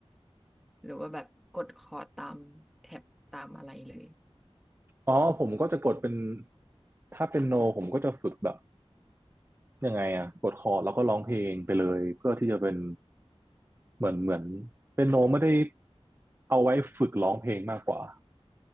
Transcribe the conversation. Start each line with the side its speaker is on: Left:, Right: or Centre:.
Centre: หรือว่าแบบกดคอร์ดตามแท็บตามอะไรเลย
Right: อ๋อผมก็จะกดเป็นถ้าเป็นโนผมก็จะฝึกแบบยังไงอะกดคอร์ดแล้วก็ร้องเพลงไปเลยเพื่อที่จะเป็นเหมือนเหมือนเป็นโนไม่ได้เอาไว้ฝึกร้องเพลงมากกว่า